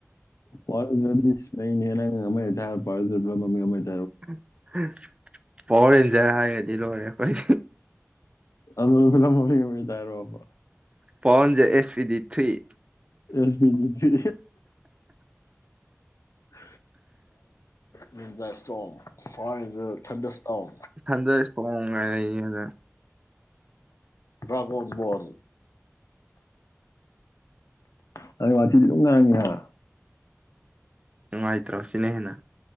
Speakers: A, on the left; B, on the right.
A: <unintelligible>
B: <unintelligible> ꯄꯥꯎꯋ꯭ꯔꯔꯦꯟꯖꯔ ꯍꯥꯏꯒꯔꯥꯗꯤ ꯂꯣꯏꯔꯦ ꯀꯥꯔꯤ
A: <unintelligible>
B: ꯄꯥꯎꯟꯖꯔ ꯑꯦꯁ ꯄꯤꯗꯤ ꯊꯨꯏꯔꯤ
A: ꯑꯦꯁ ꯄꯤ ꯖꯤ ꯊ꯭ꯔꯤ <unintelligible> ꯅꯤꯟꯖꯥ ꯏꯁ꯭ꯇꯣꯝ ꯄꯋꯧꯔꯦꯟꯖꯔ ꯊꯟꯗꯤꯔ ꯏꯁ꯭ꯇꯣꯝ
B: ꯊꯟꯗ ꯊꯣꯡ <inaudible>
A: ꯗꯔꯥꯐꯒꯟ ꯕꯣꯟ ꯅꯪ ꯋꯥꯊꯤ ꯑꯗꯨꯝ ꯉꯥꯡꯉꯤꯍꯥ
B: ꯅꯨꯡꯉꯥꯏꯇ꯭ꯔꯣ ꯁꯤꯅꯍꯦꯟꯅ